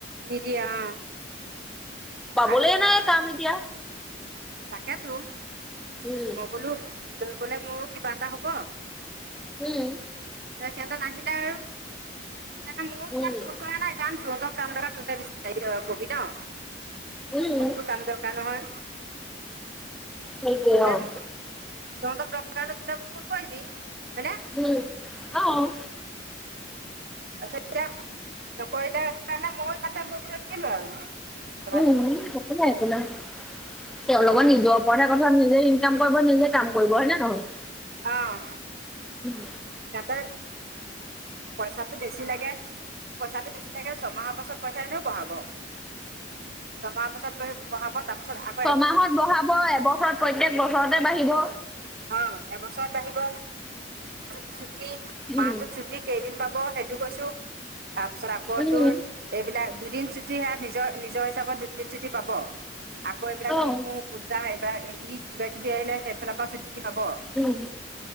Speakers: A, on the right; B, in the centre.
A: নিদিয়ে অ'।
B: পাবলেই
A: আ-
B: নাই কাম এতিয়া।
A: তাকেতো
B: উম,
A: মই বোলো লৈ গ'লে মোৰো কিবা এটা হ'ব।
B: উম।
A: <unintelligible> সিঁহতে নাহিলে আৰু সেইকাৰণে ময়ো ইমান
B: উম,
A: ফোন কৰা নাই কাৰণ, তহঁতৰ <unintelligible> তহঁতে বিচাৰ কবি ন'
B: উম,
A: মোকতো কাম দৰকাৰ নহয়।
B: সেইটোৱে
A: <unintelligible>
B: অ',
A: তহঁতক দৰকাৰ হ'লে তহঁতে মোক ফোন কৰিবি, হয়নে?
B: উম, অ'।
A: তাৰপিছত এতিয়া নকৰিলে সেইকাৰণে, ময়ো ইমান এটা গুৰুত্ব নিদিলোঁ আৰু। কথাটো
B: উম, একো নাই, একো নাই, তেওঁলোকৰ নিজৰ ওপৰত হে কথা নিজে ইনকাম কৰিব নিজে কাম কৰিব হয় নে নহয়?
A: অ'।
B: উম।
A: যাতে পইচাটো বেছি লাগে, পইচাটো বেছি লাগে ছমাহৰ পাছত পইচা এনেও বঢ়াব। ছমাহৰ পাছত বহি বহাব তাৰ পিছত আ
B: ছমাহত বঢ়াব এবছৰত প্ৰত্যেক বছৰতে বাঢ়িব।
A: অ', এবছৰত বাঢ়িব, <unintelligible> ছুটি
B: উম,
A: মাহটোত ছুটি। কেইদিন পাব সেইটো কৈছোঁ তাৰপিছত আকৌ
B: উম,
A: তোৰ এইবিলাক দুদিন ছুটি সেইয়া নিজৰ নিজৰ হিচাপত দুদিন ছুটি পাব আকৌ এইবিলাক
B: অ',
A: বিহু পূজা এইবাৰ ঈদ কিবা কিবি আহিলে সেইফালৰ পৰা চুটি পাব।
B: উম।